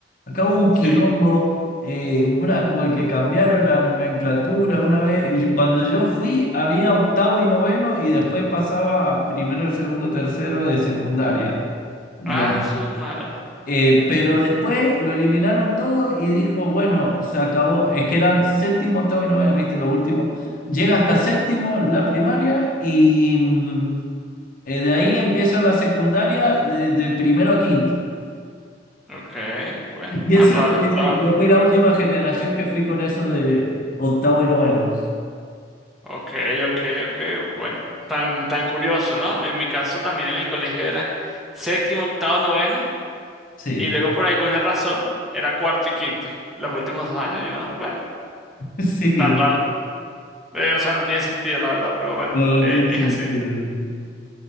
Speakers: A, on the left; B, in the centre.
A: Acá hubo un
B: sí.
A: quilombo, eh, una, porque cambiaron la nomenclatura una vez, y yo- cuando yo fui había octavo y noveno, y después pasaba a primero, segundo, tercero de secundaria, digamos.
B: Ah, su madre.
A: Eh, pero después lo eliminaron todo y dijo, bueno, se acabó, es que eran séptimo, octavo y noveno, viste, lo último. Llega hasta séptimo la primaria y... mm, eh, de ahí empieza la secundaria de, de primero a quinto. <laughs>
B: Ok, bueno,
A: Y
B: tan
A: eso,
B: raro,
A: y eso-
B: la
A: y
B: verdad.
A: yo fui la última generación que fui con eso de octavo y noveno.
B: Ok, ok, ok, bueno. Tan, tan curioso, ¿no? En mi caso también en el colegio era séptimo, octavo, noveno,
A: Sí,
B: y luego por alguna razón era cuarto y quinto, los últimos dos años, you know? Bueno,
A: <laughs> sí,
B: tan raro. Eh, o sea, no tiene sentido, la verdad, pero bueno,
A: no,
B: eh,
A: no tiene
B: es
A: sentido.
B: así.
A: ¿viste?